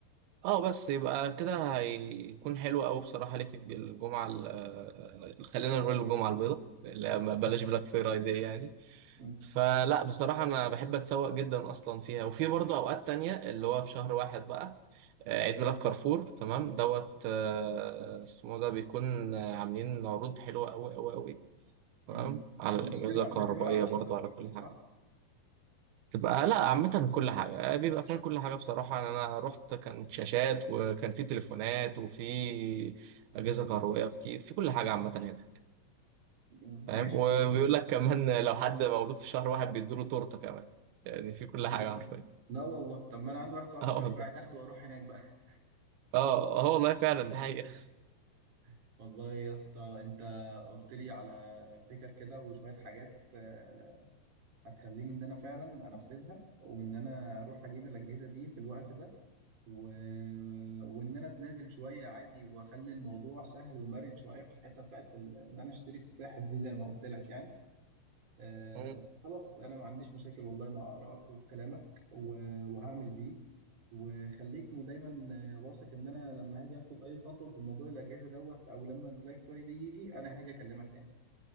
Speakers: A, on the right; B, on the right.
A: اه بس يبقى كده هيكون حلو قوي بصراحة ليك الجمعة ال- آه، خلينا نقول الجمعة البيضاء لا
B: صح
A: ما- بلاش بلاك فرايداي يعني
B: امم
A: فلا بصراحة أنا بحب أتسوق جدا أصلا فيها وفي برضه أوقات تانية اللي هو في شهر واحد بقى آه، عيد ميلاد كارفور تمام دوت آه، اسمه ده بيكون آه، عاملين عروض حلوة قوي قوي قوي تمام
B: أمم.
A: على الأجهزة
B: بس بتبقى
A: الكهربائية
B: بتبقى شاشات
A: برضه على
B: اكتر
A: كل
B: صح
A: حاجة تبقى لا عامة كل حاجة بيبقى فيها كل حاجة بصراحة يعني أنا رحت كانت شاشات وكان في تليفونات وفي
B: امم
A: أجهزة كهربائية كتير في كل حاجة عامة هنا
B: أمم.
A: فاهم
B: ماشي
A: وبيقول لك كمان <laughs> لو حد مولود في شهر واحد بيدوله تورتة كمان يعني في كل حاجة
B: لا
A: حرفيا
B: لا والله طب ما انا عندي واحد صاحبي
A: <laughs> اه
B: شهر
A: والله
B: قاعد اخده واروح هناك بقى
A: اه اه والله فعلا ده حقيقة
B: <laughs> والله يا اسطى انت قلت لي على فكر كده وشويه حاجات آه، هتخليني ان انا فعلا انفذها وان انا اروح اجيب الاجهزه دي في الوقت ده و... وان انا اتنازل شويه عادي واخلي الموضوع سهل ومرن شويه في الحته بتاعت ال... ان انا اشتري في الساحل دي زي ما قلت لك يعني آه
A: مم.
B: خلاص انا ما عنديش مشاكل والله مع ارائك وفي كلامك و... وهعمل بيه وخليك م- دايما آه، واثق ان انا لما هاجي اخد اي خطوه في موضوع الاجهزه دوت او لما البلاك فرايدي يجي انا هاجي اكلمك تاني